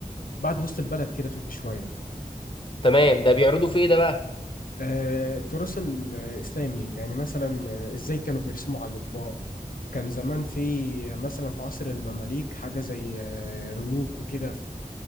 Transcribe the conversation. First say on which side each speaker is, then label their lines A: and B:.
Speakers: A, on the left; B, on the left.
A: بعد وسط البلد كده في بشوية
B: تمام ده بيعرضوا في ايه ده بقى
A: آه، التراث الإسلامي يعني مثلا إزاي كانوا بيرسموا على الأطباق كان زمان في مثلا في عصر المماليك حاجة زي آه، رنوك وكده